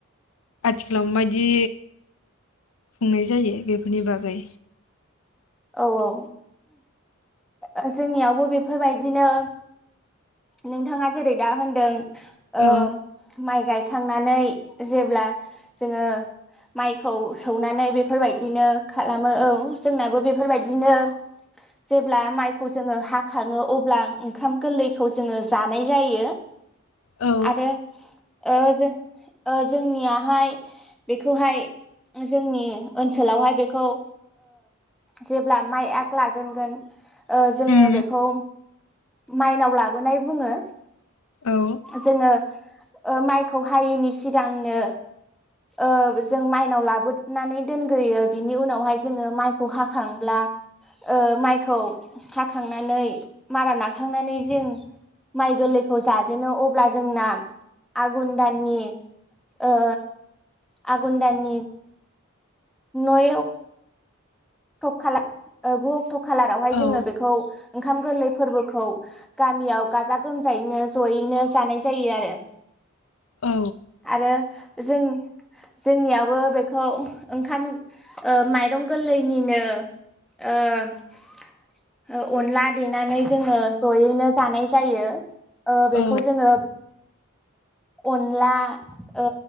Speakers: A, on the left (about 80°); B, in the centre.
A: आथिखालाव मायदि। खुंनाय जायो बेफोरनि बागै।
B: औ औ जोंनियावबो बेफोरबायदिनो। नोंथाङा जेरै दा होनदों। ओ
A: औ
B: माइ गाय। खांनानै जेब्ला जोङो माइखौ सौनानै बेफोरबायदिनो खालामो औ जोंनाबो बेफोरबायदिनो जेब्ला माइखौ जोङो हाखाङो अब्ला ओंखाम गोरलै खौ जोङो जानाय जायो
A: औ
B: आरो ओ जों। ओ जोंनियावहाय बेखौहाय जोंनि ओनसोलावहाय बेखौ जेब्ला माइ आग लाजेनगोन ओ जोङो
A: उम
B: बेखौ माइनाव ला बोनाय बुङो।
A: औ
B: जोङो। ओ माइखौ हायैनि सिगांनो ओ जों माइनाव लाबोनानै दोनग्रोयो बिनि उनावहाय जोङो माइखौ हाखांब्ला ओ माइखौ हाखांनानै मारा नाखांनानै जों माइ गोरलैखौ जाजेनो अब्ला जोंना आघुन दाननि ओ आघुन दाननि नयव थक खालाम ओ ग थ कालारावहाय जोंना
A: औ
B: बेखौ ओंख ओंखाम गोरलै फोरबोखौ गामियाव गाजा गोमजायैनो जयैनो जानाय जायोआरो।
A: औ
B: आरो। जों-जोंनियाबो बेखौ ओंखाम माइरं गोरलै। जनिनो ओ अनला देनानै जोङो जयैनो जानाय जायो। ओ बेखौ
A: औ
B: जोङो अनला ओ